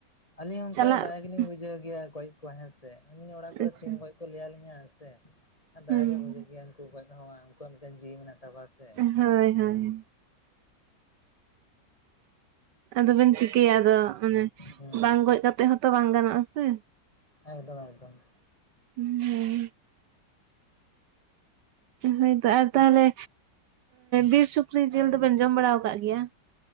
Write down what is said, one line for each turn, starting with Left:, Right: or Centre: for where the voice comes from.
Left: ᱟᱹᱞᱤᱧ ᱦᱚᱸ ᱚᱱᱠᱟ
Right: ᱪᱟᱞᱟᱜ
Left: ᱫᱟᱭᱟ ᱜᱮᱞᱤᱧ ᱵᱩᱡᱷᱟᱹᱣ ᱜᱮᱭᱟ ᱜᱚᱡ ᱠᱚ ᱦᱮᱸᱥᱮ ᱮᱢᱱᱤ ᱚᱲᱟᱜ ᱠᱚᱨᱮ
Right: ᱟᱪᱪᱷᱟ
Left: ᱥᱤᱢ ᱜᱚᱡ ᱠᱚ ᱞᱟᱹᱭ ᱟᱹᱞᱤᱧᱟ ᱦᱮᱸᱥᱮ ᱟᱨ ᱫᱟᱭᱟ
Right: ᱦᱩᱸ
Left: ᱜᱮ ᱵᱩᱡᱷᱟᱹᱜ ᱜᱮᱭᱟ ᱩᱱᱠᱩ ᱜᱚᱡ ᱦᱚᱸ ᱩᱱᱠᱩᱣᱟᱜ ᱢᱤᱫᱴᱮᱱ ᱡᱤᱣᱤ ᱢᱮᱱᱟᱜ ᱛᱟᱠᱚᱣᱟ ᱥᱮ
Right: ᱦᱳᱭ ᱦᱳᱭ ᱟᱫᱚᱵᱮᱱ ᱪᱤᱠᱟᱹᱭᱟ ᱟᱫᱚ ᱚᱱᱮ
Left: ᱦᱩᱸ
Right: ᱵᱟᱝ ᱜᱚᱡ ᱠᱟᱛᱮᱜ ᱦᱚᱸᱛᱚ ᱵᱟᱝ ᱜᱟᱱᱚᱜᱼᱟ ᱥᱮ
Left: ᱮᱠᱫᱚᱢᱼᱮᱠᱫᱚᱢ
Right: ᱦᱩᱸ ᱦᱮᱸ ᱦᱳᱭᱛᱚ ᱟᱨ ᱛᱟᱦᱞᱮ ᱵᱤᱨ ᱥᱩᱠᱨᱤ ᱡᱤᱞ ᱫᱚᱵᱮᱱ ᱡᱚᱢ ᱵᱟᱲᱟ ᱟᱠᱟᱫ ᱜᱮᱭᱟ